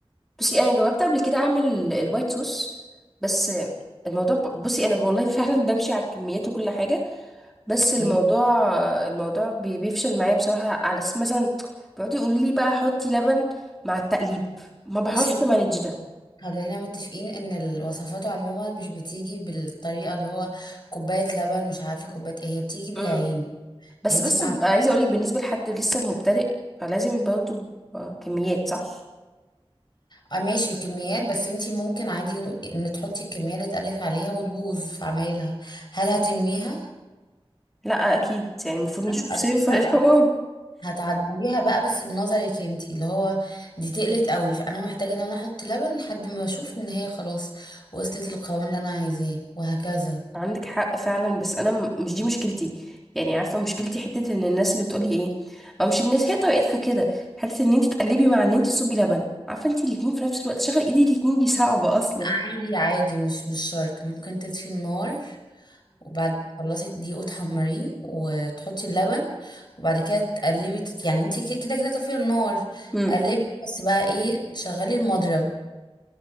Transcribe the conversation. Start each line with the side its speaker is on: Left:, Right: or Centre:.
Centre: بصي أنا جربت قبل كده أعمل ال- الوايت صوص بس الموضوع ب- بصي أنا والله <laughs> فعلا بمشي على الكميات وكل حاجة بس الموضوع
Left: ايوه
Centre: الموضوع بي- بيفشل معايا بصراحة على اساس مثلا بيقعدوا يقولوا لي بقى حطي لبن مع التقليب ما بعرفش
Left: بصي بصي،
Centre: مانج ده
Left: خلينا متفقين ان الوصفات عموما مش بتيجي بالطريقه اللي هو كوبايه لبن مش عارفه كوبايه ايه هي بتيجي بالعين
Centre: امم بس
Left: انتي
Centre: بس
Left: مع
Centre: ببقى عايزة اقولك بالنسبة لحد لسه مبتدئ فلازم برضه كميات صح
Left: اه ماشي كميات بس انتي ممكن عادي ان تحطي الكميه اللي اتقالك عليها وتبوظ في عمايلها هل هترميها؟
Centre: لا اكيد يعني المفروض نشوف
Left: أيوة أكيد
Centre: صيغة
Left: لأ
Centre: للحوار
Left: هتعدليها بقى بس بنظرك انتي اللي هو دي تقلت قوي فانا محتاجه ان انا احط لبن لحد ما اشوف ان هي خلاص وصلت القوام اللي انا عايزاه وهكذا
Centre: عندك حق فعلا بس انا م- مش دي مشكلتي يعني عارفة مشكلتي حتة ان الناس اللي بتقولي ايه او مش الناس هي طريقتها كده حتة ان انت تقلبي مع ان انت تصبي لبن عارفة انت الاتنين في نفس الوقت شغل ايدي الاتنين دي صعبة اصلا
Left: عادي عادي مش مش شرط ممكن تطفي النار وبعد ما تخلصي الدقيق وتحمريه وتحطي اللبن وبعد كده تقلبي تت- يعني انتي كده كده كده طافيه النار
Centre: امم
Left: قلبي بس بقى ايه شغلي المضرب